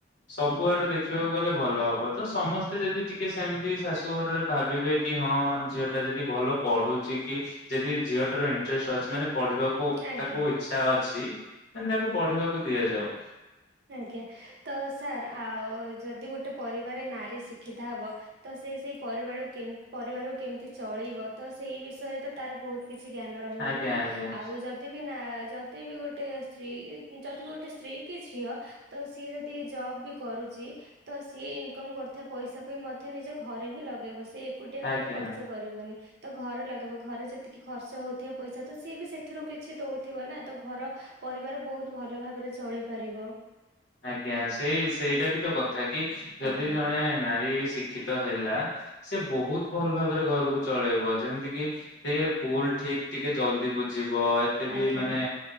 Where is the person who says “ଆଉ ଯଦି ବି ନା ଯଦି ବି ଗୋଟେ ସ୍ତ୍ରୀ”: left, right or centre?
Right